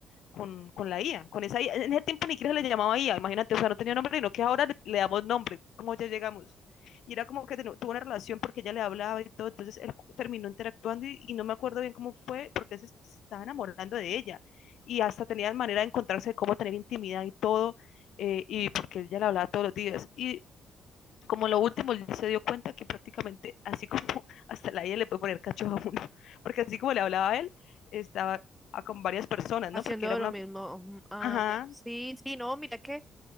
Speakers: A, on the left; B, in the centre.
A: con, con, la IA, con esa IA. En ese tiempo ni siquiera se le llamaba IA, imagínate, o sea, no tenía nombre, sino que ahora le, damos nombre, como ya llegamos. Y era como que tuvo una relación porque ella le hablaba y todo, entonces él terminó interactuando y, y no me acuerdo bien cómo fue porque él se estaba enamorando de ella y hasta tenía manera de encontrarse, cómo tener intimidad y todo. Eh, y porque ella le hablaba todos los días. Y como lo último, él se dio cuenta que prácticamente, así como <laughs> hasta la IA le puede poner cacho a uno, <laughs> porque así como le hablaba a él, estaba con varias personas, ¿no?
B: haciendo
A: Porque era una,
B: lo mismo. ujú, Ah,
A: ajá,
B: ya. Sí, sí, no, mira que